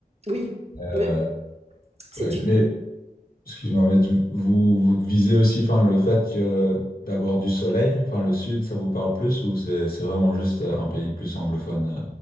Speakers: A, on the right; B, on the left.
A: oui,
B: Euh,
A: mais c'est
B: ouais.
A: tu
B: Mais, excuse-moi, mais du- vous, vous visez aussi, enfin, le fait que d'avoir du soleil, enfin, le sud, ça vous parle plus ou c'est c'est vraiment juste euh, un pays plus anglophone? euh,